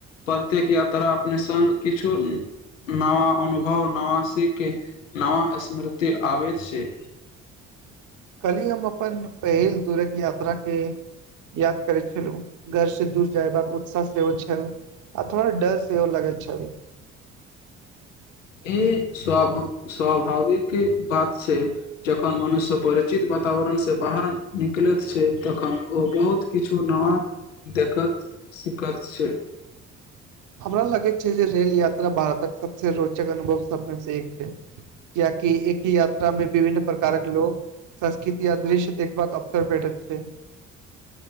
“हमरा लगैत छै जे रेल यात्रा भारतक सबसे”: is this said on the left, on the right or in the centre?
Right